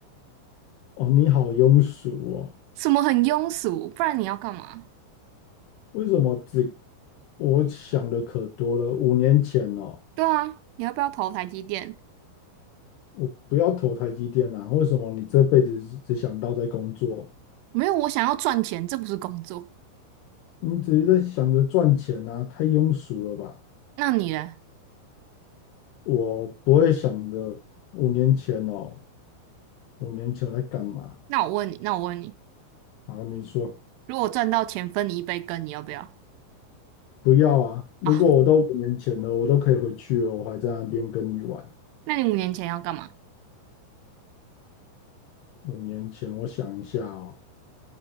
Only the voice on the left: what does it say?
哦，你好庸俗哦。
为什么只我想的可多了？五年前哦，
我不要投台积电啊！为什么你这辈子只只想到在工作？
你只是在想着赚钱啊，太庸俗了吧？
我不会想着五年前哦，五年前我在干嘛？
然后你说
不要啊！如果我都五年前了，
我都可以回去了，我还在那边跟你玩。
五年前，我想一下哦，